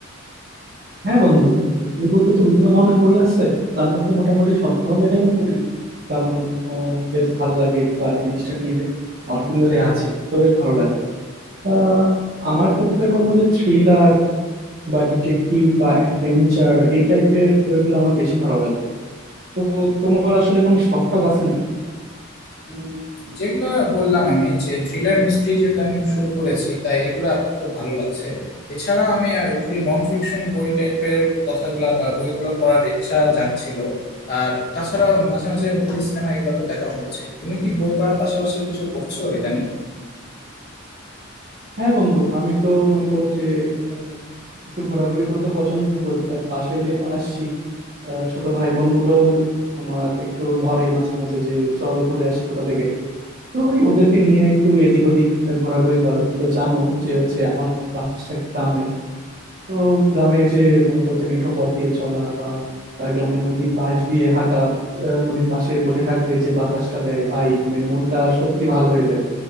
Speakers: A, on the right (about 50°); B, on the left (about 50°).
A: হ্যাঁ বন্ধু উম, বই বলতে তো বিভিন্ন ধরনের বই আছে তো তার মধ্যে মোটামুটি সব ধরনেরই আমি পড়ি কারণ আহ, যেহেতু ভালো লাগে বা এই জিনিসটা নিয়ে অনেকদিন ধরে আছি তো বেশ ভালো লাগে আহ, আমার ক্ষেত্রে বলবো যে থ্রিলার বা ডিটেকটিভ বা অ্যাডভেঞ্চার এই টাইপের বইগুলো আমার বেশি ভালো লাগে তো তোমার আসলে কোনো শখ টখ আছে নাকি
B: উম, যেগুলো বললাম আমি যে থ্রিলার মিস্ট্রি যেহেতু আমি শুরু করেছি তাই এগুলো আপাতত ভালো লাগছে এছাড়াও আমি আহ, একটি নন ফিকশন বই টাইপের কথাগুলো বা বইগুলো পড়ার ইচ্ছা জাগছিল আর তাছাড়াও মাঝে মাঝে মুভি সিনেমা এগুলো তো দেখা হচ্ছে তুমি কি বই পড়ার পাশাপাশি কিছু করছো ইদানিং
A: হ্যাঁ বন্ধু আমি তো মনে করো যে আহ, একটু ঘোরাঘুরি করতে পছন্দ করি আর বাসায় যেহেতু আসছি আহ, ছোট ভাই বোন গুলো তোমার একটু ধরে মাঝে মাঝে যে চল ঘুরে আসি কোথা থেকে তো ওই ওদেরকে নিয়ে একটু এদিক ওদিক ঘোরাঘুরি করা তুমি তো জানো যে হচ্ছে আমার বাসা গ্রামে তো গ্রামের যে মনে করো যে মেঠো পথ দিয়ে চলা বা আহ, গ্রামের নদীর পাশ দিয়ে হাঁটা আহ, নদীর পাশে বসে থাকলে যে বাতাসটা দেয় ভাই মানে মনটা সত্যি ভালো হয়ে যায়